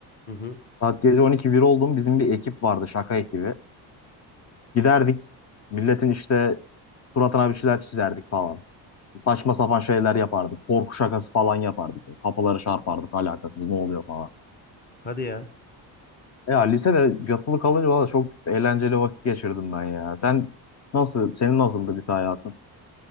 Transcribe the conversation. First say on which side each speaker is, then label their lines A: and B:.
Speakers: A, on the left (about 20°); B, on the left (about 40°).
A: Hı hı.
B: Saat gece 12-1 oldu mu bizim bir ekip vardı şaka ekibi. Giderdik milletin işte suratına bir şeyler çizerdik falan. Saçma sapan şeyler yapardık. Korku şakası falan yapardık. Kapıları çarpardık alakasız ne oluyor falan.
A: Hadi ya.
B: Ya lisede yatılı kalınca valla çok eğlenceli vakit geçirdim ben ya. Sen nasıl, senin nasıldı lise hayatın?